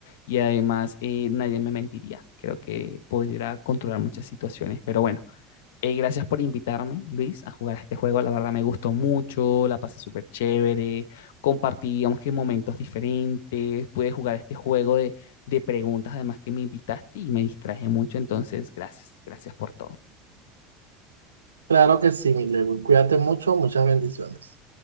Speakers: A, on the left; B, on the right.
A: y además eh, nadie me mentiría. Creo que podría controlar muchas situaciones, pero bueno, eh, gracias por invitarme, Luis, a jugar a este juego. La verdad me gustó mucho, la pasé súper chévere. Compartí, digamos que momentos diferentes. Pude jugar este juego de, de preguntas, además que me invitaste y me distraje mucho. Entonces, gracias, gracias por todo.
B: Claro que sí, mi Lewin. Cuídate mucho, muchas bendiciones.